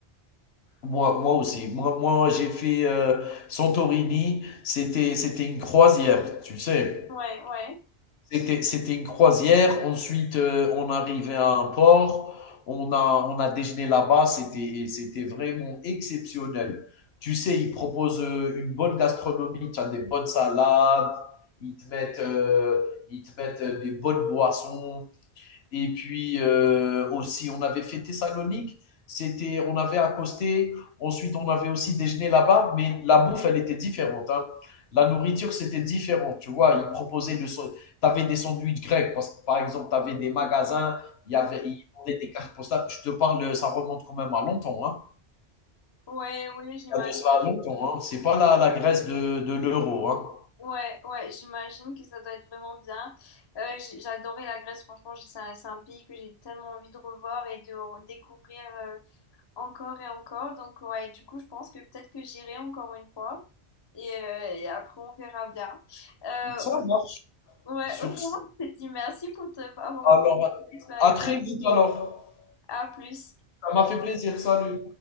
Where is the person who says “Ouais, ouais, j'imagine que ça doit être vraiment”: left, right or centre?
Left